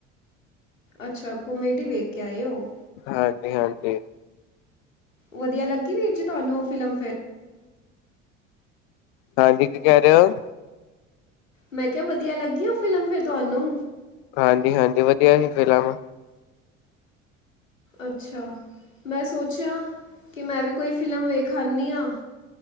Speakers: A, on the left; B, on the left.
A: ਅੱਛਾ ਕੋਮੇਡੀ ਵੇਖ ਕੇ ਆਏ ਹੋ
B: ਹਾਂਜੀ ਹਾਂਜੀ
A: ਵਧੀਆ ਲੱਗੀ ਵੀਰ ਜੀ ਤੁਹਾਨੂੰ ਉਹ ਫਿਲਮ ਫੇਰ?
B: ਹਾਂਜੀ ਕਿ ਕੈ ਰੇ ਹੋ?
A: ਮੈਂ ਕਿਹਾ ਵਧੀਆ ਲੱਗੀ ਔ ਫਿਲਮ ਫਿਰ ਤੁਹਾਨੂੰ?
B: ਹਾਂਜੀ, ਹਾਂਜੀ ਵਧੀਆ ਸੀ ਫਿਲਮ।
A: ਅੱਛਾ, ਮੈਂ ਸੋਚਿਆ ਕਿ ਮੈਂ ਵੀ ਕੋਈ ਫਿਲਮ ਵੇਖ ਆੰਨੀ ਆ।